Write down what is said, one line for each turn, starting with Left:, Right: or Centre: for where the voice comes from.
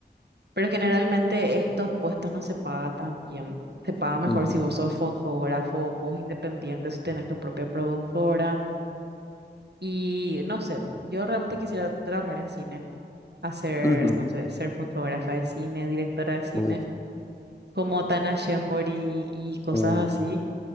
Right: pero generalmente estos puestos no se paga tan bien. Se paga mejor
Left: ujú,
Right: si vos sos fotógrafo, vos independiente, si tenés tu propia productora. Y no sé, yo realmente quisiera trabajar en cine, hacer,
Left: ujú.
Right: no sé, ser fotógrafa de cine, directora de cine,
Left: Uf,
Right: como Tana Shembori y cosas
Left: uh,
Right: así,